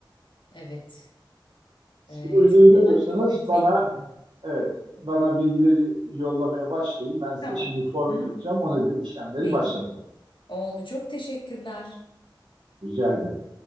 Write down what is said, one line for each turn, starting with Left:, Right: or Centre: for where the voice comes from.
Left: Evet.
Right: Siz
Left: Ee,
Right: uygun
Left: çok kolay
Right: görüyorsanız
Left: bir süreç
Right: bana
Left: değil gibi.
Right: evet bana bilgileri yollamaya başlayın. Ben size
Left: Tamam.
Right: şimdi form
Left: Hı hı.
Right: alacağım. Ona göre işlemleri
Left: Peki.
Right: başlatalım.
Left: Oldu. Çok teşekkürler.
Right: Rica ederim.